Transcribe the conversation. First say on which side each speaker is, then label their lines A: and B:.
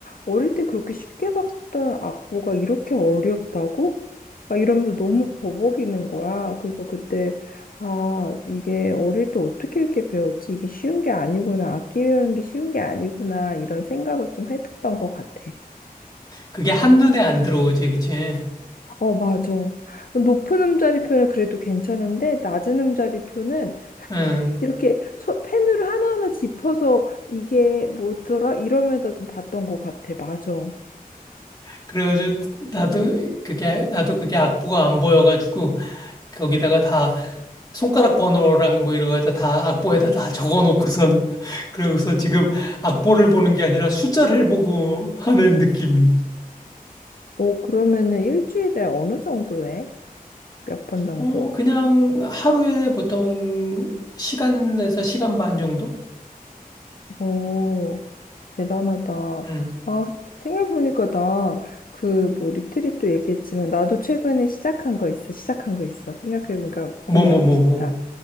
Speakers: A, on the left; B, on the left.
A: 어릴 때 그렇게 쉽게 봤던 악보가 이렇게 어렵다고? 막 이러면서 너무 버벅이는 거야. 그래서 그때 아, 이게 어릴 때 어떻게 이렇게 배웠지? 이게 쉬운 게 아니구나. 악기 배우는 게 쉬운 게 아니구나. 이런 생각을 좀 했었던 것 같아.
B: 그게 한눈에 안 들어오지 그치?
A: 어, 맞아. 높은 음자리표는 그래도 괜찮은데, 낮은 음자리표는
B: 응.
A: 이렇게 소, 펜으로 하나하나 짚어서 이게 뭐더라? 이러면서 좀 봤던 것 같아. 맞아.
B: 그래가지고 나도 그게 나도 그게 악보가 안 보여가지고 거기다가 다 손가락 번호랑 뭐 이런 거다 다 악보에다 다 적어놓고선 <laughs> 그러고서 지금 악보를 보는 게 아니라 숫자를 보고 하는 느낌이.
A: 오, 그러면은 일주일에 어느 정도 해? 몇 번 정도?
B: 어, 그냥 하루에 보통 시간에서 시간 반 정도?
A: 오, 대단하다.
B: 음,
A: 아, 생각해보니까 나 그 뭐 리트릿도 얘기했지만, 나도 최근에 시작한 거 있어. 시작한 거 있어. 생각해보니까
B: 뭐,
A: 공유하고
B: 뭐, 뭐,
A: 싶다.
B: 뭐.